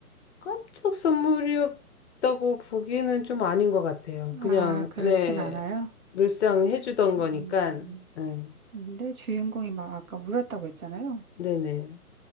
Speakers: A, on the left; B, on the right.
A: 깜짝 선물이었다고 보기는 좀 아닌 것 같아요.
B: 아,
A: 그냥,
B: 그렇진
A: 네,
B: 않아요.
A: 늘상 해주던 거니까,
B: 음,
A: 네,
B: 근데 주인공이 막 아까 울었다고 했잖아요.
A: 네네.